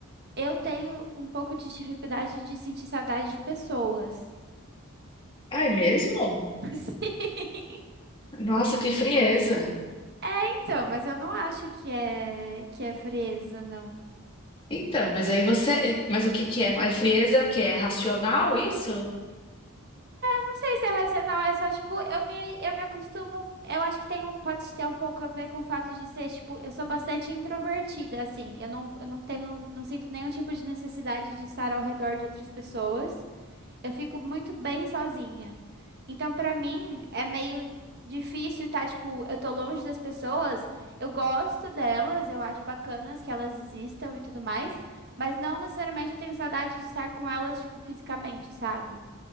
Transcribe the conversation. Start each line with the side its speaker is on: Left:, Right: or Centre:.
Right: eu tenho um pouco de dificuldade de sentir saudade de pessoas.
Left: Ah, é mesmo?
Right: <laughs> Sim.
Left: Nossa, que frieza.
Right: É, então, mas eu não acho que é que é frieza, não.
Left: Então, mas aí você. Mas o que que é? É frieza é o que? É racional isso?
Right: Não sei se é racional, é só, tipo, eu me, eu me acostumo. Eu acho que tem um, pode ter um pouco a ver com o fato de ser, tipo, eu sou bastante introvertida, assim. Eu não, eu não tenho, não sinto nenhum tipo de necessidade de estar ao redor de outras pessoas. Eu fico muito bem sozinha. Então, pra mim, é meio difícil, tá? Tipo, eu tô longe das pessoas, eu gosto delas, eu acho bacanas que elas existam e tudo mais, mas não necessariamente eu tenho saudade de estar com elas, tipo, fisicamente, sabe?